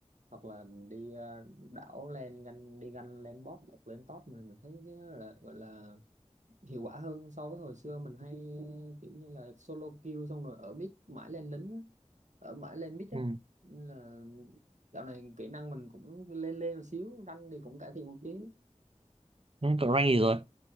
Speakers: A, on the right; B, on the right.
A: hoặc là đi ờ, đảo lên ganh đi ganh lên bot hoặc lên top mình mình thấy cái đó là gọi là hiệu quả hơn so với hồi xưa mình hay ờ, kiểu như là solo kill xong rồi ở mid mãi lên lính á, ở mãi lên mid
B: ừ.
A: á Nên là dạo này kỹ năng mình cũng lên lên một xíu rank thì cũng cải thiện một tí
B: Ừ, cậu rank gì rồi